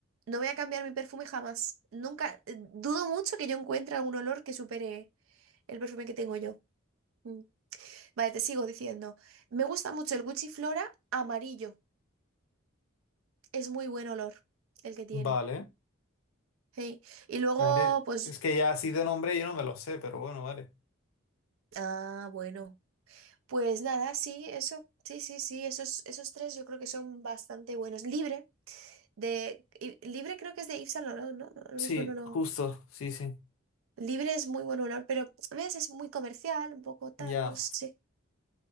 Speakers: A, on the right; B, on the left.
A: no voy a cambiar mi perfume jamás. Nunca, eh, dudo mucho que yo encuentre algún olor que supere. el perfume que tengo yo. Mm. Vale, te sigo diciendo. Me gusta mucho el Gucci Flora amarillo. Es muy buen olor el que tiene.
B: Vale.
A: Hey. Y luego,
B: Vale.
A: pues,
B: Es que ya así de nombre yo no me lo sé, pero bueno, vale.
A: ah, bueno. Pues nada, sí, eso. Sí, sí, sí, esos, esos tres yo creo que son bastante buenos. Libre, de, y- Libre creo que es de Yves Saint Laurent, ¿no? No, Lo
B: Sí,
A: mismo no lo...
B: justo, sí, sí.
A: Libre es muy buen olor, pero a veces es muy comercial, un poco tal,
B: Ya.
A: no sé.